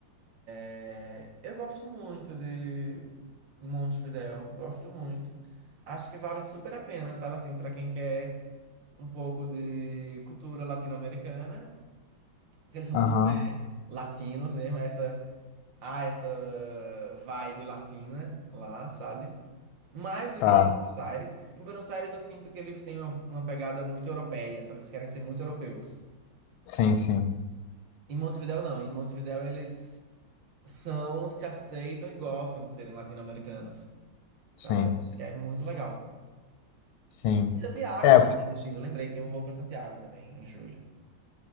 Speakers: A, on the right; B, on the left.
A: É, Eu gosto muito de Montevidéu, gosto muito. Acho que vale super a pena, sabe assim, para quem quer um pouco de cultura latino-americana, porque eles são
B: Aham.
A: super latinos mesmo, essa há essa eh, vibe latina lá, sabe? Mais do
B: Tá,
A: que em Buenos Aires. Em Buenos Aires eu sinto que eles têm uma, uma pegada muito europeia, sabe? Eles querem ser muito europeus.
B: sim, sim,
A: Em Montevidéu não, em Montevidéu eles são, se aceitam e gostam de serem latino-americanos. sabe?
B: sim,
A: Eu acho que é muito legal.
B: sim.
A: Santiago
B: É,
A: também, do Chile, eu lembrei, tem um voo para Santiago também, em julho.